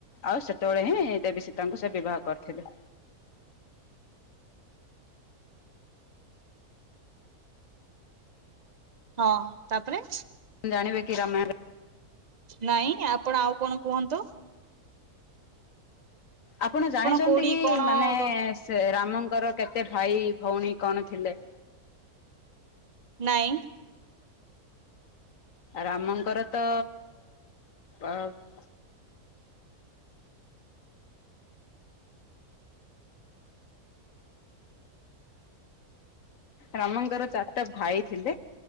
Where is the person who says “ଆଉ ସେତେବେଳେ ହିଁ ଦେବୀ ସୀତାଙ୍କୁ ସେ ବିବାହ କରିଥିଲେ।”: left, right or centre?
Left